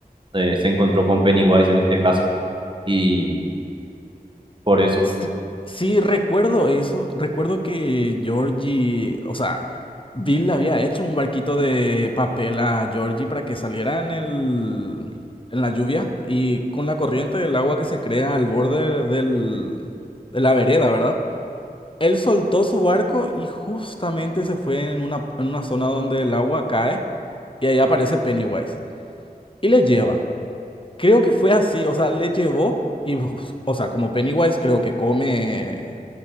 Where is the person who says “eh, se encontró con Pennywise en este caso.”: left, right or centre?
Right